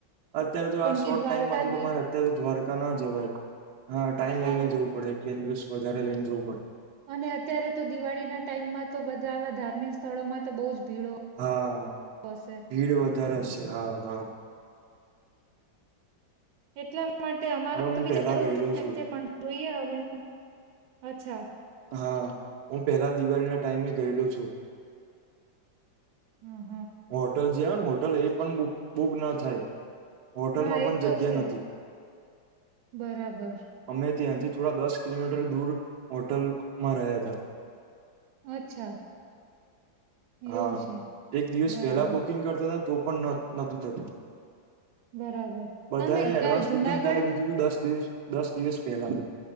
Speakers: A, on the right (about 70°); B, on the right (about 85°).
A: અત્યારે તો
B: કેમ
A: આ શોર્ટ
B: કે દ્વારકા
A: ટાઈમમાં તો
B: બી
A: તમારે અત્યારે તો દ્વારકા ન જવાય હા ટાઈમ
B: હ
A: લઈને જવું પડે એક બે દિવસ વધારે લઈને જવું પડે
B: અને અત્યારે તો દિવાળી ના ટાઈમમાં તો બધા આવા ધાર્મિક સ્થળોમાં તો બહુ જ. ભીડો
A: હા
B: હશે
A: ભીડ વધારે છે હા હા.
B: એટલા માટે અમારો
A: અને હું
B: તો વિચાર
A: પેલા ગયેલો
B: ઓછો થાય
A: છું
B: છે. પણ જોઈએ હવે, અચ્છા
A: હા હું પહેલા દિવાળીના ટાઈમે ગયેલું છું.
B: હું.
A: હોટલ જે હોય ને હોટલ એ પણ બુક ના થાય. હોટલમાં
B: હા
A: પણ
B: એ તો
A: જગ્યા
B: છે
A: નથી.
B: બરાબર
A: અમે ત્યાંથી થોડા દસ કિલોમીટર દૂર. હોટલમાં રહ્યા હતા.
B: અચ્છા
A: હા
B: એવું છે
A: એક દિવસ
B: બરાબર
A: પેલા બુકિંગ કરતા હતા તો પણ નોતું થતું.
B: બરાબર
A: બધાએ
B: તમે
A: એડવાન્સ
B: અ, જુનાગઢ
A: બુકિંગ કરાવી દીધું, હતું દસ દિવસ દસ દિવસ પહેલા